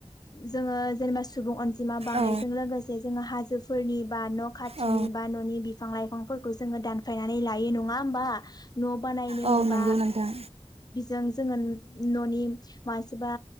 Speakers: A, on the left; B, on the right.
A: जोङो जेनेबा सुबुं अ सिमा बांनाय
B: औ
A: लोगोसे जोङो हाजोफोरनि बा न' खाथिनि
B: औ
A: बा न'नि बिफां लाइफांफोरखौ जोङो दानफायनानै लायो नङा होमबा? न' बानायनो
B: औ नंगौ
A: बा
B: नोंथां
A: जों जोङो न'नि मासेबा